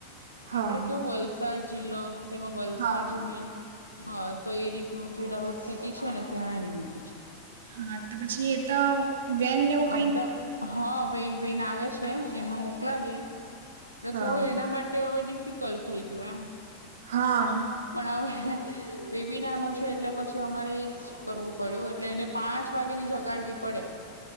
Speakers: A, on the right; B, on the right.
A: હા
B: આપડે કેવું વલસાડ જિલ્લો. તેમાં વલસાડ
A: હા
B: જે મેન હ તો એ રી ન જે દાહોત સીટી છે ને ત્યાં એને મૂકી છે.
A: હા તો પછી એ તો વેન ને એવું
B: અદા
A: કઈક
B: હા. ન બેન આવે છે એમાં મોકલાવીએ, એટલે
A: હા
B: થોડું એના માટે હવે ડિફિકલ્ટ થઈ ગયું એમ.
A: હા
B: પણ હવે બેબી નાનું છે એટલે પછી અમારે એ જ કરવું પડ્યું એટલે એને પાંચ વાગે ની જગાડવી પડે. પડે.